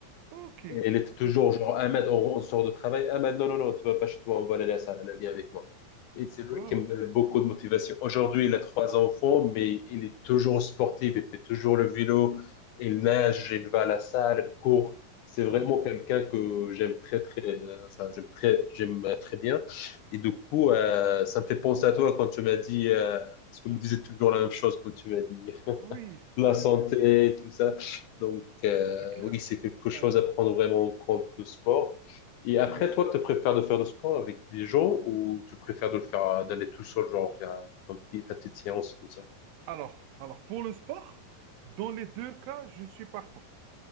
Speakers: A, on the right; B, on the left.
A: OK.
B: Et elle était toujours
A: OK.
B: genre, Ahmed, on, on sort de travail. Ahmed, non, non, non, tu vas pas chez toi, on va aller à la salle, elle vient avec moi. Et c'est lui
A: Voilà.
B: qui me donne beaucoup de motivation. Aujourd'hui, il a trois enfants, mais il est toujours sportif, il fait toujours le vélo, il nage,
A: Ouais.
B: il va à la salle, il court. C'est vraiment
A: C'est bien.
B: quelqu'un que j'aime très, très, euh, enfin, j'aime très, j'aime euh, très bien. Et du coup,
A: Ouais.
B: euh, ça me fait penser à toi quand tu m'as dit, euh, parce qu'on
A: Ouais.
B: me disait toujours la même chose quand tu m'as dit
A: Oui,
B: la santé,
A: c'est bien.
B: tout ça. Donc, euh,
A: C'est clair.
B: oui, c'est quelque chose
A: Ouais.
B: à prendre vraiment en compte, le sport. Et après,
A: Oui.
B: toi, tu préfères de faire le sport avec des gens ou tu préfères de le faire, euh, d'aller tout seul, genre, faire ton petit, ta petite séance, tout ça?
A: Alors, alors, pour le sport, dans les deux cas, je suis partant.